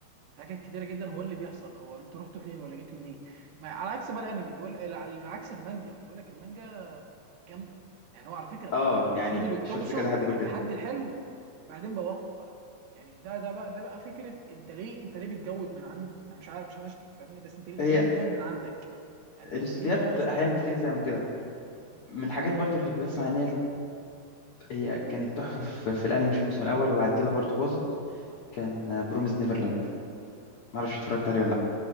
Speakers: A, on the right (about 75°); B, on the left (about 65°).
A: في حاجات كتيره جدا هو اللي بيحصل هو انتوا رحتوا فين ولا جيتوا منين ما على عكس بقى الانمي بيقول على عكس المانجا بيقول لك المانجا جامده يعني هو على فكره
B: اه
A: هم
B: يعني
A: فضلوا يقتبسوا
B: شفت كذا حد بيقول كده
A: لحد الحلو بعدين بوخوا بقى يعني ده ده بقى ده بقى فكره انت ليه انت ليه بتجود من عند مش عارف مش عايز اشتم فاهمني بس انت ليه انت
B: هي
A: ليه بتجود من عندك يعني
B: الاستوديوهات
A: انت ليه تبوظ تحفه
B: احيانا
A: فنيه
B: كتير
A: زي
B: بتعمل
A: دي
B: كده
A: مم.
B: من الحاجات
A: فدي
B: برضو
A: كانت
B: اللي بسمع
A: حاجه
B: ان هي
A: مش حلوه
B: هي كانت تحفه في, في الانمي في الموسم الاول وبعد كده برضو باظت كان بروميز نيفرلاند ما اعرفش اتفرجت عليه ولا لا